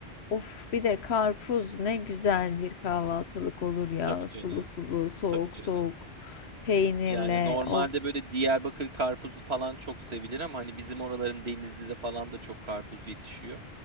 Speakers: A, on the left; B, on the right.
A: of bir de karpuz ne güzel bir kahvaltılık olur ya.
B: Tabii canım.
A: Sulu sulu, soğuk
B: Tabii canım.
A: soğuk, peynirle.
B: Yani normalde
A: Of.
B: böyle Diyarbakır karpuzu falan çok sevilir ama hani bizim oraların Denizli'de falan da çok karpuz yetişiyor.